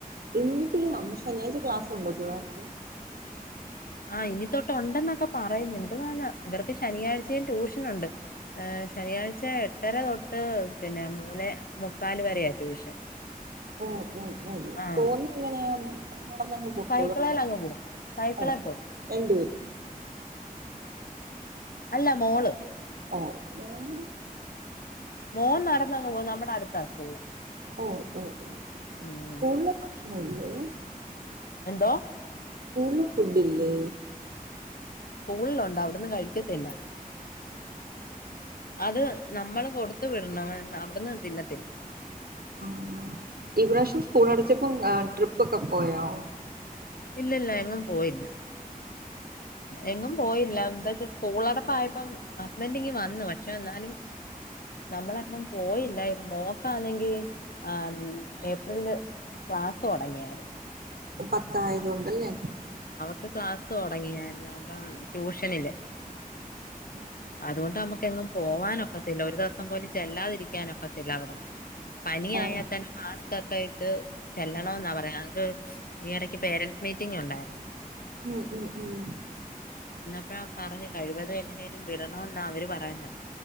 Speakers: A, on the right (about 75°); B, on the left (about 75°).
A: ഇനിപ്പ ശനിയാഴ്ച ക്ലാസുണ്ടോ പിള്ളേർക്ക്
B: ആ ഇനി തൊട്ടുണ്ടെന്നൊക്കെ പറയുന്നുണ്ട് ആഹ്ആ ഇവർക്ക് ശനിയാഴ്ചയും ട്യൂഷനുണ്ട് ഏ ശനിയാഴ്ച എട്ടര തൊട്ട് പിന്നെ മൂന്നേമുക്കാൽ വരെയ ട്യൂഷൻ
A: ഉം ഉം ഉം
B: ആഹ്ആ
A: പോവുന്നെ എങ്ങനെയാ നടന്നങ്ങ് പൊക്കോളൂ
B: സൈക്കിളേല് അങ്ങ് പോവും സൈക്കിളെ
A: ഓഹ്
B: പോവും
A: രണ്ടുപേരും
B: അല്ല മോള്
A: ഓഹ് മൊന്
B: മോൻ നടന്നങ് പോവും നമ്മുടെ അടുത്താ സ്കൂള്
A: ഓഹ് ഓഹ് ഓഹ്
B: ഉം
A: ഓ സ്കുള് നിലേ
B: എന്തോ
A: സ്കൂള് ഫുഡ് ഇല്ലേ
B: സ്കൂളിലുണ്ട് അവിടന്ന് കഴിക്കത്തില്ല അത് നമ്മള് കൊടുത്തു വിടണം അവിടന്ന് തിന്നത്തില്ല
A: ഉംഹ് ഈ
B: ഉം
A: പ്രാവശ്യം സ്കൂളടചപ ട്രിപ്പൊക്ക പോയോ
B: ഇല്ല ഇല്ല എങ്ങും പോയില്ല എങ്ങും പോയില്ല എന്താച്ചാ സ്കൂളടപ്പായപ്പോ ഹസ്ബൻഡ് ഇങ്ങ് വന്നു പക്ഷെ എന്നാലും നമ്മൾ അന്നും പോയില്ല മോൾക്കാന്നെങ്കി ആ ഏപ്രിലില് ക്ലാസ്സ് തുടങ്ങിയായിരുന്നു
A: പത്ത് തായതൊണ്ടല്ലേ
B: ക് ക്ലാസ്സ് തുടങ്ങിയായിരുന്നു അപ്പം ട്യൂഷനില്
A: ഉം
B: അതുകൊണ്ട് നമ്മുക്ക് എങ്ങും പോവാനൊക്കത്തില്ല ഒരു ദിവസം പോലും ചെല്ലാതിരിക്കാനൊക്കത്തില്ല അവിടെ പനിയായാ
A: ഓഹ്
B: തന്നെ മാ ക്കൊക്കെ ഇട്ട് ചെല്ലണം എന്നാ പറയണ നമ്മക് ഈയട പേരൻറ്സ് മീറ്റിംഗ് ഉണ്ടായിരുന്നു
A: ഉം ഉം ഉം
B: ഇപ്പ പറഞ്ഞു കഴിവത് എങ്ങനേലും വിടണന്ന് അവര് പറയന്ന്